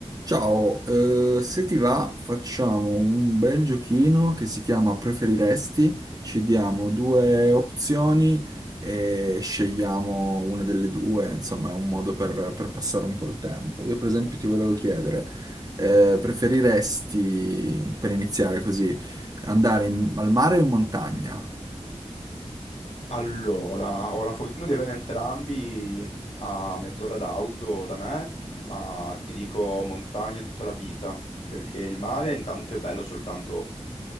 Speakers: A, on the right; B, on the left.
A: Ciao, eh, se ti va facciamo un bel giochino che si chiama Preferiresti, ci diamo due opzioni e scegliamo una delle due, insomma è un modo per, per passare un po' il tempo. Io per esempio ti volevo chiedere, eh, preferiresti, per iniziare così, andare in- al mare o in montagna?
B: Allora, ho la fortuna di avere entrambi a mezz'ora d'auto da me, ma ti dico montagna tutta la vita, perché il mare intanto è bello soltanto